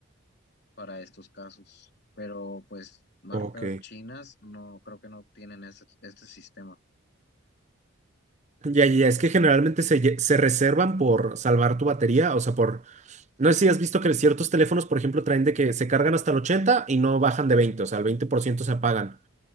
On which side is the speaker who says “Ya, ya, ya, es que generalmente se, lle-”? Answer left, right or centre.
Right